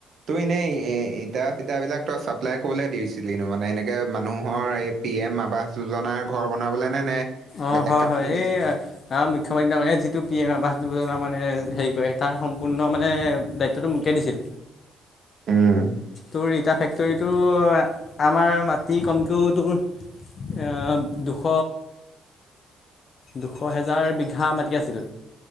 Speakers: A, on the right; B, on the left.
A: তই এনেই এ ইটা-চিতা বিলাক তই চাপ্লাই কৰিবলে দিছিলি, নো মানে এনেকে মানুহৰ এই পি এম আৱাস যোজনাৰ ঘৰ বনাবলে <unintelligible>
B: অ',
A: বেলেগ
B: হয়,
A: কামতো
B: হয়।
A: দিছিলি?
B: এই মুখ্যমন্ত্ৰীয়ে, যিটো পি এম আৱাস যোজনা মানে হে তাৰ সম্পূৰ্ণ মানে দায়িত্বটো মোকে দিছিল।
A: উম।
B: তোৰ ইতা ফেক্টৰীটো, আমাৰ মাটি কমকেও তোৰ এই দুশ দুশ হেজাৰ বিঘা মাটি আছিল।